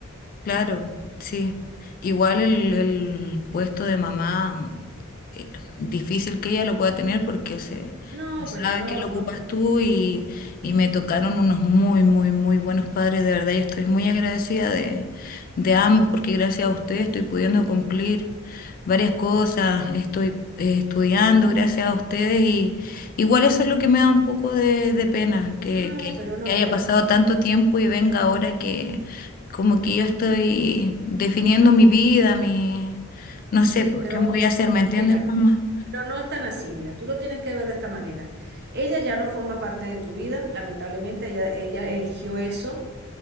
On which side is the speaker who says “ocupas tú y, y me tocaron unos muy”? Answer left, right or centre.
Left